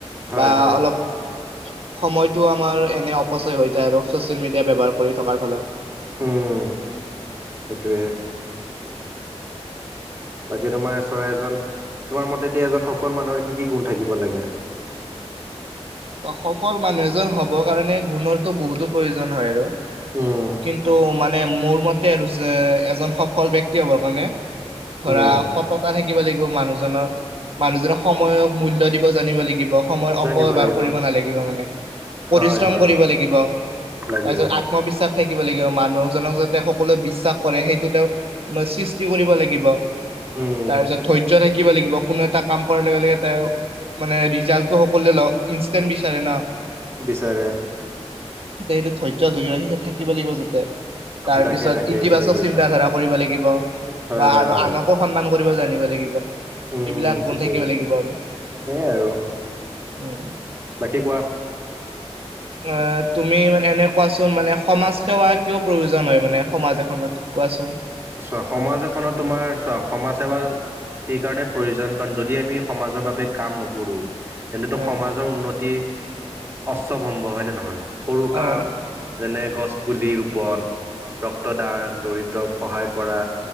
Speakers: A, on the right; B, on the right.
A: হয়
B: বা
A: হয়
B: অলপ সময়তটো আমাৰ এনে অপচয় হৈ যায় আৰু ছচিয়েল মিডিয়া ব্যৱহাৰ কৰি থকাৰ ফলত
A: উম সেইটোৱে। বাকী তোমাৰ চৰাই এজন তোমাৰ মতে এতি এজন সফল মানুহৰ কি কি গুণ থাকিব লাগে <inaudible>
B: সফল মানুহ এজন হব কাৰণে গুণৰতো বহুতো প্ৰয়োজন হয় আৰু
A: উম
B: কিন্তু মানে মোৰ মতে আৰু এজন সফল ব্যক্তি হ'বৰ কাৰণে ধৰা
A: উম
B: সততা ধিক। থাকিব লাগিব মানুহজনৰ মানুহজনক সময়ক মূল্য দিব জানিব লাগিব সময়ৰ
A: জানিব
B: অপব্যৱহাৰ
A: লাগিব
B: কৰিব নালাগিব মানে পৰিশ্ৰম
A: হয় হয়
B: কৰিব লাগিব
A: লাগিব
B: তাৰপিছ আত্মবিশ্বাস থাকিব লাগিব মানুহজনক যাতে সকলোৱে বিশ্বাস কৰে সেইটো তেওঁ সৃষ্টি কৰিব লাগিব
A: উম
B: তাৰপিছত ধৰ্য থাকিব লাগিব কোনো এটা কাম কৰাৰ লগে লগে মানে ৰিজাল্টটো সকল লক ন বিচাৰে ন।
A: বিচাৰে
B: তাতে সেইটো ধৰ্য ধৰি সেই থাকিব লাগিব যাতে তাৰপিছত
A: তাকে তাকে
B: ইতিবাচক
A: ঠিকে কৈছা
B: চিন্ত ধাৰা কৰিব লাগিব
A: হয়
B: বা
A: হয়
B: আৰু
A: হয়
B: আনকো সন্মান কৰিব জানিব লাগিব।
A: উম
B: এইবিলাক
A: ঠিকে
B: গুণ থাকিব লাগিব আৰু
A: সেয়াই আৰু
B: উম
A: বাকী কোৱা
B: অ তুমি মানে এনে কোৱাচোন মানে সমাজ সেৱা কিয় প্ৰয়োজন হয় মানে সমাজ এখনত কোৱাচোন।
A: চোৱা সমাজ এখনত তোমাৰ চোৱা সমাজ সেৱা এই কাৰণে প্ৰয়োজন কাৰণ যদি আমি সমাজৰ বাবে কাম নকৰোঁ তেন্তেটো
B: আহ
A: সমাজৰ উন্নতি অশ্বভম্ব হয় নে নহয় সৰু কাম
B: আহ
A: যেনে গছ পুলি ৰোপন ৰক্তদান দৰিদ্ৰক সহায় কৰা